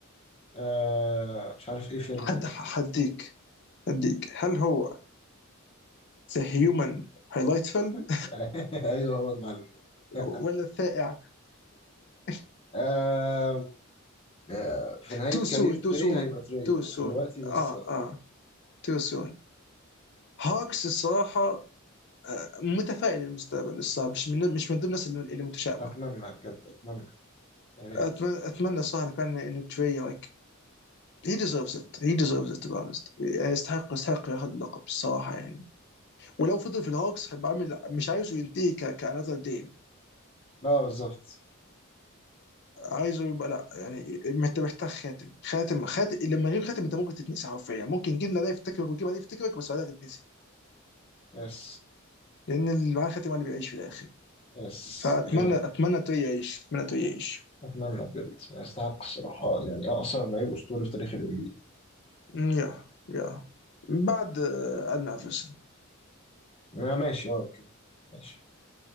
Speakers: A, on the left; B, on the left.
A: آه مش عارف ايه فيلم
B: حد
A: ده
B: هديك هديك هل هو ذا هيومن هايلايتفل
A: <laughs> ايوه هو المعلم ده <laughs>
B: ولا الثائع <laughs>
A: آه آه في نهاية
B: تو
A: كارير
B: سون
A: تري
B: تو سون
A: هيبقى تري
B: تو
A: بس
B: سون
A: دلوقتي لسه
B: اه اه تو سون هاكس الصراحه آه، متفائل للمستقبل الصراحه مش من مش من ضمن الناس اللي اللي متشائمه
A: أتمنى بجد أتمنى يا ريت
B: اتمنى اتمنى الصراحه لو كان انه تري لايك هي ديزيرفز ات هي ديزيرفز ات بانست يستحق يستحق ياخذ اللقب الصراحه يعني ولو فضل في الهوكس هيبقى عامل مش عايزه ينتهي كانذر جيم
A: لا بالظبط
B: عايزه يبقى لا يعني انت محتاج خاتم خاتم خاتم لما غير خاتم انت ممكن تتنسي حرفيا ممكن جيلنا ده يفتكرك وجيل بعديه يفتكرك بس بعدها تتنسي
A: يس
B: لان اللي معاه خاتم هو اللي بيعيش في الاخر
A: يس
B: فاتمنى
A: يبقى
B: اتمنى توي يعيش اتمنى توي يعيش
A: أتمنى بجد يستحق الصراحة يعني أقصر لعيب أسطوري في تاريخ ال NBA
B: أمم، يا يا بعد آه، ادنى افرسن
A: آه ماشي اه اوكي ماشي